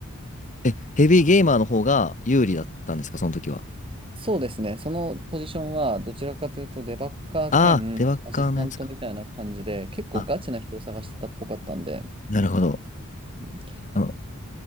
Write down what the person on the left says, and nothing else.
え、ヘビーゲーマーの方が有利だったんですか、その時は。
ああ、デバッカーのやつか。
あ、なるほど。
あの、